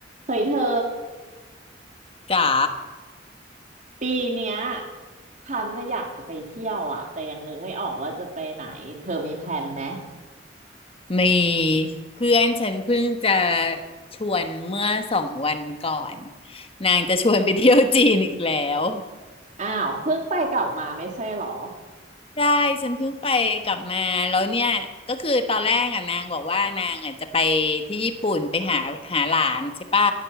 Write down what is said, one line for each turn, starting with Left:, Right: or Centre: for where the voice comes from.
Right: เฮ้ยเธอ
Left: จ๋า
Right: ปีเนี้ยฉันน่ะอยากจะไปเที่ยวอ่ะแต่ยังนึกไม่ออกว่าจะไปไหนเธอมีแผนไหม
Left: มีเพื่อนฉันเพิ่งจะชวนเมื่อสองวันก่อนนางจะชวนไปเที่ยวจีนอีกแล้ว
Right: อ้าวเพิ่งไปกลับมาไม่ใช่เหรอ
Left: ได้ฉันเพิ่งไปกลับมาแล้วเนี่ยก็คือตอนแรกอ่ะนางบอกว่านางอ่ะจะไปที่ญี่ปุ่นไปหาหาหลานใช่ป่ะ